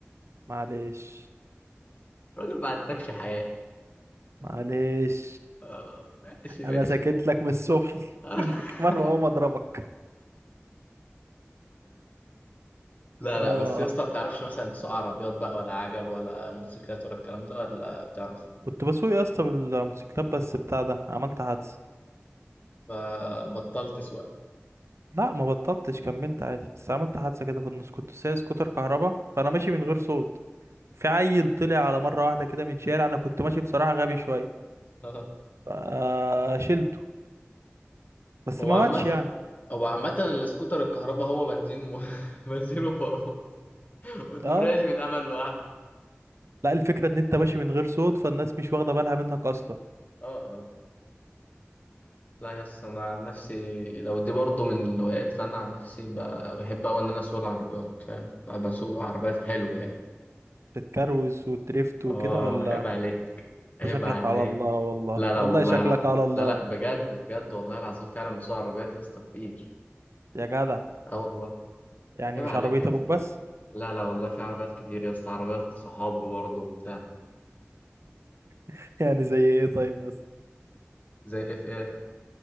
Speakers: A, on the right; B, on the left.
A: معلش
B: راجل ما عندكش حياة
A: معلش
B: اه ماشي
A: انا
B: ماشي
A: سكت لك من الصبح <laughs>
B: <laughs>
A: المكان وهو اضربك
B: لا
A: اه
B: لا بس يا اسطى ما بتعرفش مثلا تسوق عربيات بقى ولا عجل ولا موتوسيكلات ولا الكلام ده ولا بتعرف
A: كنت بسوق يا اسطى بالموتوسيكلات بس بتاع ده عملت حادثه
B: فبطلت سواقة
A: لا ما بطلتش كملت عادي بس عملت حادثه كده في النص كنت سايق سكوتر كهربا فانا ماشي من غير صوت في عيل طلع على مره واحده كده من شارع انا كنت ماشي بصراحه غبي شويه
B: <laughs>
A: آه، شلته بس
B: هو
A: ما
B: عامة
A: ماتش يعني
B: هو عامة السكوتر الكهرباء هو بنزين و... <laughs> بنزين وفرامل <laughs> والدبرياج
A: اه
B: بيتعمل لوحده
A: لا الفكرة ان انت ماشي من غير صوت فالناس مش واخدة بالها منك اصلا
B: اه اه لا يا اسطى انا عن نفسي لو دي برضه من الهوايات فانا عن نفسي ب... بحب اوي ان انا اسوق العربيات فاهم ب- بسوق عربيات حلو يعني
A: بتكروز وتريفت وكده
B: اه
A: ولا
B: عيب عليك عيب
A: انت شكلك
B: عليك
A: على الله والله
B: لا لا
A: والله
B: والله
A: شكلك
B: لا
A: على الله
B: لا لا بجد بجد والله العظيم فعلا بسوق عربيات يا اسطى كتير
A: يا جدع
B: اه والله
A: يعني
B: عيب
A: مش
B: عليك
A: عربية
B: يا
A: ابوك بس
B: لا لا والله في عربيات كتير يا اسطى عربيات صحاب برضه وبتاع
A: <laughs> يعني زي ايه طيب بس
B: زي اف ايه